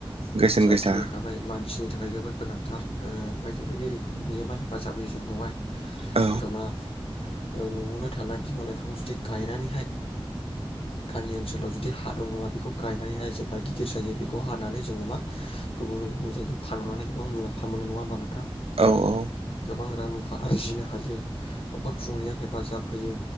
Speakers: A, on the right (about 85°); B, on the left (about 70°).
A: बेसेन
B: जाखिनि
A: गोसा
B: ओंखारबाय मानसिनि थाखाय जोबोर गोनांथार ओ बायदि बायदि रोखोमाव मा हेफाजाब होयो जोंखौहाय
A: औ
B: जमा ओ न'आवनो थानाय बिमा लाइफां जुदि गायनानैहाय गामि ओनसोलाव जुदि हा दङबा बेखौ गायनानैहाय जेब्ला गिदिर जायो बेखौ हानानै जोङो मा गुबुन गुबुन जायगायाव फानहरनानै गोबां मुलाम्फ मोनो नङा होमबा नोंथां
A: औ औ
B: गोबां रां रुफा आरजिनो हायो न'खर खुंनायाव हेफाजाब होयो